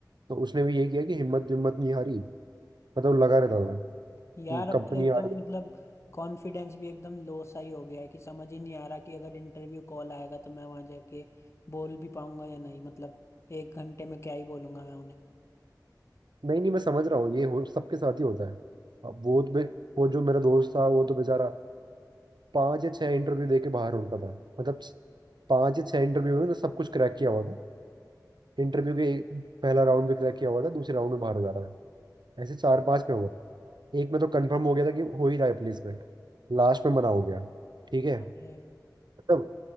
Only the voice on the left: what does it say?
यार
अब
तो एकदम
मतलब कॉन्फिडेंस भी एकदम लो सा ही हो गया है कि समझ ही नहीं आ रहा कि अगर इंटरव्यू कॉल आएगा तो मैं वहां जाके बोल भी पाऊंगा या नहीं मतलब एक घंटे में क्या ही बोलूंगा मैं
उन्हें